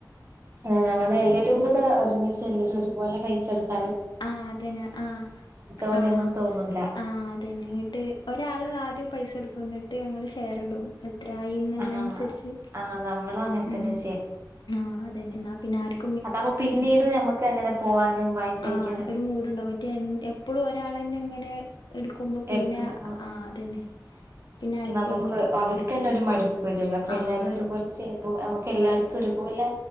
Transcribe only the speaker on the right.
അത നമ്മള് എല്ലരും കൂടെ ഒരുമിച്ച് എല്ലരും ഒരുപോലെ പൈസ എടുത്ത്
പോലെയൊന്നും
തോന്നൂല
ആഹ് ആഹ് നമ്മളും അങ്ങനെ
തന്നെ
അതാമ്പ പിന്നീട് ഞമ്മക്ക് അ ങ്ങനെ പോവാനും വാങ്ങി കഴിക്കാനും
എടുക്കുമ്പോ
നമുക്ക്, അവർക്കന്നെ ഒരു മടുപ്പ് വരുല്ലേ അപ്പൊ
എല്ലാരും
ഒരുപോലെ ചെയ്യുമ്പോ നമുക്ക് എല്ലാർക്കും
ഒരുപോലെ